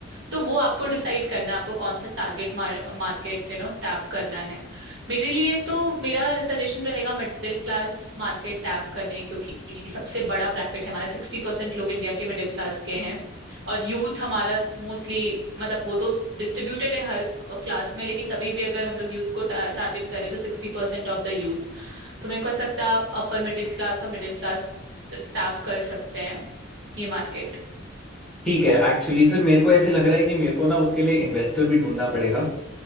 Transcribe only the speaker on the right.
तो वो आपको डिसाइड करना है आपको कौन सा target market you know tap करना है मेरे लिए तो मेरा सजेशन रहेगा मिडिल क्लास मार्केट टैप करने क्योंकि सबसे बड़ा ब्रैकेट है हमारा सिक्सटी परसेंट लोग इंडिया के मिडिल क्लास के हैं और यूथ हमारा मोस्टली मतलब वो तो डिस्ट्रीब्यूटेड है हर क्लास में लेकिन तभी भी अगर हम लोग यूथ को टारगेट करें तो sixty percent of the youth तो मेरे को ऐसा लगता है आप अपर मिडिल क्लास और मिडिल क्लास टैप कर सकते हैं ये मार्केट